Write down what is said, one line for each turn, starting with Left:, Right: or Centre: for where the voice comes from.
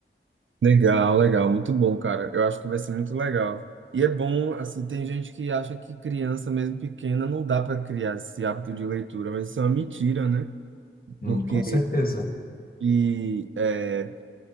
Right: Legal, legal, muito bom, cara. Eu acho que vai ser muito legal. E é bom, assim, tem gente que acha que criança, mesmo pequena, não dá para criar esse hábito de leitura, mas isso é uma mentira, né?
Left: Hum,
Right: Porque
Left: com certeza.
Right: e, é,